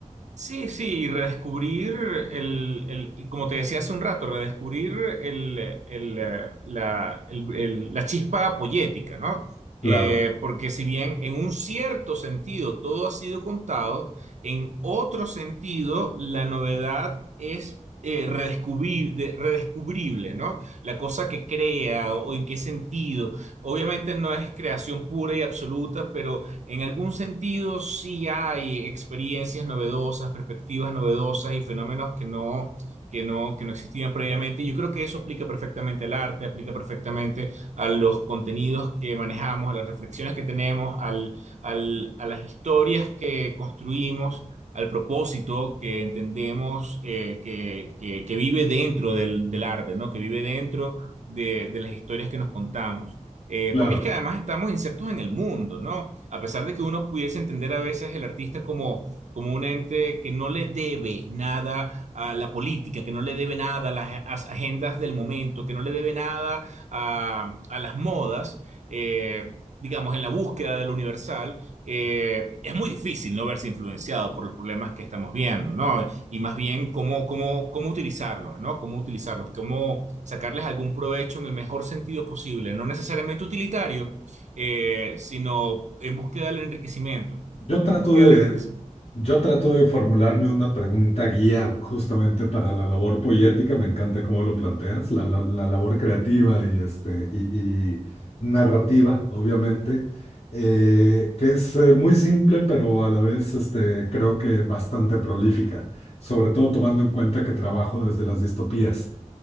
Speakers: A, on the right (about 65°); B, on the left (about 50°).
A: Sí, sí, y redescubrir el, el- y como te decía hace un rato, redescubrir el, el, eh, la, el- el- la chispa poética, ¿no?
B: Claro,
A: Eh, porque si bien en un cierto sentido todo ha sido contado, en otro sentido la novedad es eh, redescubri- de- redescubrible, ¿no? La cosa que crea o en qué sentido. Obviamente no es creación pura y absoluta, pero en algún sentido, sí hay experiencias novedosas, perspectivas novedosas y fenómenos que no, que no, que no existían previamente. Y yo creo que eso aplica perfectamente al arte, aplica perfectamente a los contenidos que manejamos, a las reflexiones que tenemos, al, al- a las historias que construimos, al propósito que entendemos eh, que, que- que vive dentro del, del arte, ¿no? Que vive dentro de, de las historias que nos contamos. Eh,
B: claro.
A: porque es que además estamos insertos en el mundo, ¿no? a pesar de que uno pudiese entender a veces el artista como, como un ente que no le debe nada a la política, que no le debe nada a las as- agendas del momento, que no le debe nada a, a las modas, eh, digamos, en la búsqueda de lo universal, eh, es muy difícil no verse influenciado por los problemas que estamos viendo, ¿no? Y más bien cómo, cómo, cómo utilizarlos, ¿no? Cómo utilizarlos, cómo sacarles algún provecho en el mejor sentido posible, no necesariamente utilitario eh, sino en búsqueda del enriquecimiento,
B: Yo
A: en
B: trato
A: búsqueda
B: de,
A: del enriquecimiento.
B: yo trato de formularme una pregunta guía justamente para la labor poética. Me encanta cómo lo planteas, la, la- la labor creativa y, este, y, y narrativa, obviamente, eh, que es eh, muy simple, pero a la vez este, creo que bastante prolífica, sobre todo tomando en cuenta que trabajo desde las distopías,